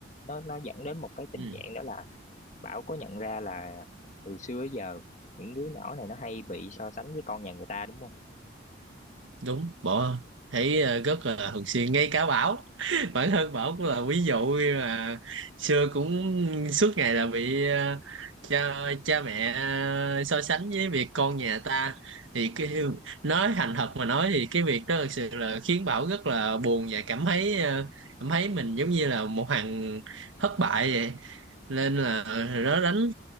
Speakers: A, on the left (about 35°); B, on the right (about 75°).
A: Nó nó dẫn đến một cái tình
B: ừ,
A: trạng đó là Bảo có nhận ra là từ xưa tới giờ những đứa nhỏ này nó hay bị so sánh với con nhà người ta đúng không?
B: đúng bỏ thấy à, rất là thường xuyên ngay cả Bảo bản thân Bảo cũng là ví dụ khi mà xưa cũng suốt ngày là bị ờ, cha cha mẹ ờ, so sánh với việc con nhà ta thì cái <laughs> nói thành thật mà nói thì cái việc đó thực sự là khiến Bảo rất là buồn và cảm thấy ờ, cảm thấy mình giống như là một thằng thất bại vậy nên là nó đánh